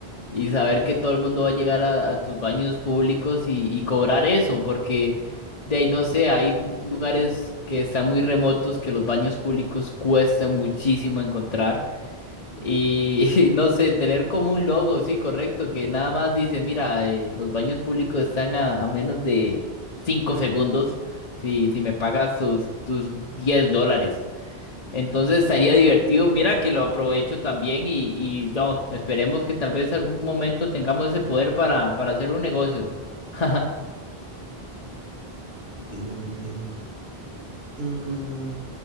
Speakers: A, on the left (about 45°); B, on the right (about 55°).
A: Y saber que todo el mundo va a llegar a, a tus baños públicos y, y cobrar eso, porque de ahí no sé, hay lugares que están muy remotos que los baños públicos cuesta muchísimo encontrar. Y, <laughs> no sé, tener como un logo, sí, correcto, que nada más dice, mira, eh, los baños públicos están a, a menos de 5 segundos si, si me pagas tus, tus 10 dólares. Entonces estaría divertido. Mira que lo aprovecho también y, y no, esperemos que tal vez algún momento tengamos ese poder para, para hacer un negocio. <laughs>
B: Entiendo, te entiendo. Mm,